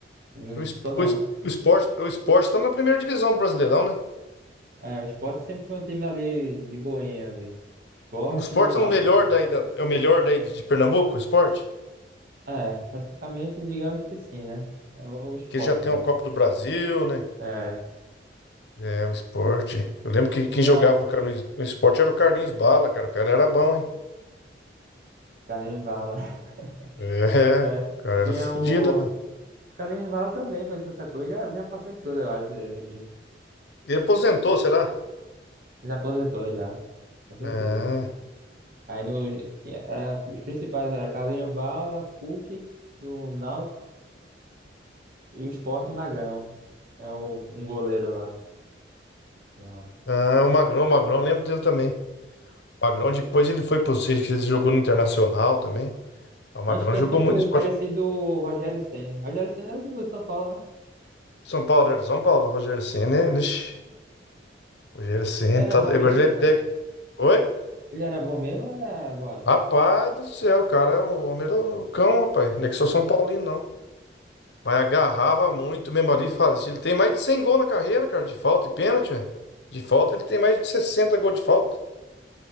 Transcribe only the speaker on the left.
O,
es-
o, es- o Sport, o Sport está na primeira divisão do Brasileirão, né?
O Sport
é o melhor daí da- é o melhor daí de de Pernambuco, o Sport,
que ele já tem
a Copa do Brasil, né?
É, o esporte. Eu lembro que quem
jogava no, Car- no es- no esporte era o Carlinhos Bala, cara. O cara era bom, hein?
É,
o cara
era fodido.
velho.
Ele aposentou, será?
Ah,
ah, o Magrão, o Magrão, eu lembro dele também. O Magrão depois ele foi pro Seis, que ele jogou no Internacional também. Ah, O Magrão
jogou
muito esporte.
São Paulo, era de São Paulo. Rogério Ceni, lixi. Rogério Ceni,
tá...
agora
ele é técnico.
Oi?
Rapaz do céu, cara, o homem era o cão, rapaz. Não é que sou São Paulino, não. Mas agarrava muito mesmo ali, fazia. Ele tem mais de 100 gols na carreira, cara, de falta e pênalti, velho. De falta, ele tem mais de 60 gols de falta.